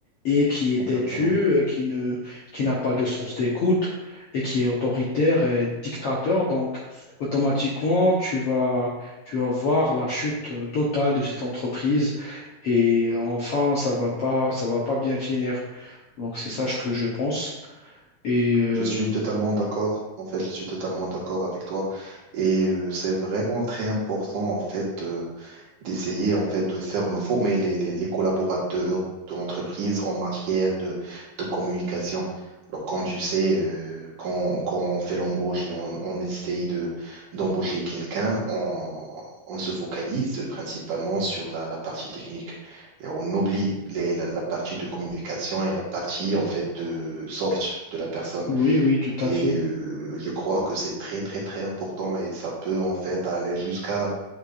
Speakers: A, on the left; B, on the right.
A: et qui est
B: Exactement.
A: têtu, euh, qui ne, qui n'a pas de sens d'écoute et qui est autoritaire et dictateur, donc automatiquement, tu vas, tu vas voir la chute euh, totale de cette entreprise et enfin, ça va pas, ça va pas bien finir. Donc c'est ça ce que je pense. Et euh,
B: Je suis totalement d'accord. En fait, je suis totalement d'accord avec toi. Et euh, c'est vraiment très important, en fait, de, d'essayer, en fait, de faire me former les, les, les collaborateurs de l'entreprise en matière de, de communication. Alors, comme tu sais, euh, quand, quand on fait l'embauche et on, on essaye de, d'embaucher quelqu'un, on, on se focalise principalement sur la, la partie technique. Et on oublie les, la, la partie de communication et la partie, en fait, de soft de la personne.
A: oui, oui, tout à
B: Et
A: fait.
B: euh, je crois que c'est très, très, très important et ça peut en fait aller jusqu'à,